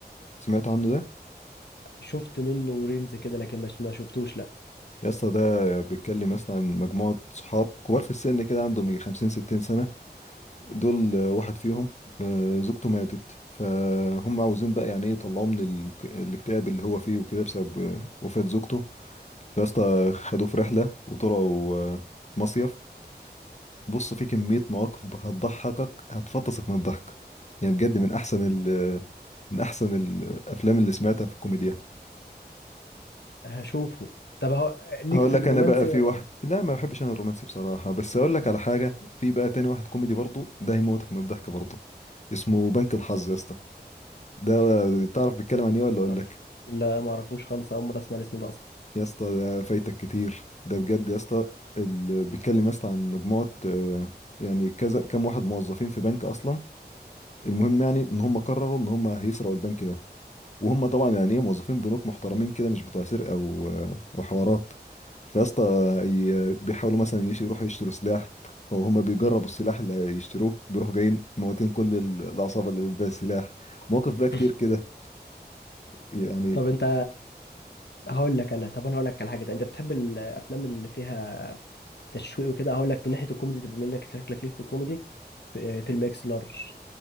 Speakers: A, on the left; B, on the left.
A: سمعت عنه ده
B: شفت منه ريلز كده لكن مش ما شفتوش لا
A: يا اسطى ده بيتكلم يا اسطى عن مجموعة صحاب كبار في السن كده عندهم يجي 50 60 سنة دول آه، واحد فيهم آه، زوجته ماتت فهم عاوزين بقى يعني ايه يطلعوه من ال- الاكتئاب اللي هو فيه وكده بسبب آه، وفاة زوجته فيا اسطى خدوه في رحلة وطلعوا آه، مصيف بص في كمية مواقف هتضحكك هتفطسك من الضحك يعني بجد من أحسن ال من أحسن الأفلام اللي سمعتها في الكوميديا
B: هشوفه طب هو ليك
A: هقول
B: في
A: لك
B: الرومانسي
A: انا بقى في
B: ولا
A: واحد لا ما بحبش انا الرومانسي بصراحه بس اقول لك على حاجه في بقى تاني واحد كوميدي برضه ده هيموتك من الضحك برضه اسمه بنك الحظ يا اسطى ده تعرف بيتكلم عن ايه ولا
B: تعرف
A: اقول لك
B: لا ما اعرفوش خالص اول مره اسمع الاسم ده اصلا
A: يا اسطى ده فايتك كتير ده بجد يا اسطى اللي بيتكلم يا اسطى عن مجموعه آه، يعني كذا كام واحد موظفين في بنك اصلا المهم يعني ان هم قرروا ان هم هيسرقوا البنك ده وهم طبعا يعني ايه موظفين بنوك محترمين كده مش بتوع سرقه و- وحوارات فيا اسطى ي- بيحاولوا مثلا يش- يروحوا يشتروا سلاح فهم بيجربوا السلاح اللي هيشتروه بيروحوا جايين موتين كل ال- العصابه اللي بتبيع السلاح مواقف بقى كتير
B: <laughs>
A: كده يعني
B: طب انت هقول لك انا طب انا هقول لك على حاجه انت بتحب الافلام اللي فيها تشويق وكده هقول لك من ناحيه الكوميدي طب بما انك شكلك ليك في الكوميدي في فيلم اكس لارج